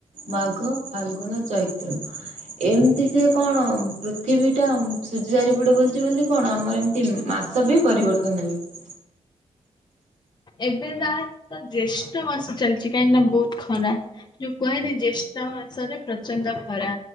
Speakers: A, on the right; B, on the left.
A: ମାଘ, ଫାଲଗୁନ ଚୈ ଏମତି ସେ କଣ, ପୃଥିବୀ ଟା ସୂଯ୍ୟ ଚାରିପଟେ ବୁଲୁଛି ବୋଲି କଣ ଆମର ଏମିତି ମାସ ବି ପରିବ <unintelligible>
B: ଏବେ ତାହାଲେ ତ ଜ୍ୟେଷ୍ଠ ମାସ ଚାଲିଛି କାହିଁକି ନା ବହୁତ ଖରା। ଯୋଉ କୁହା ହେଇନି ଜ୍ୟେଷ୍ଠ ମାସରେ ପ୍ରଚଣ୍ଡ ଖରା।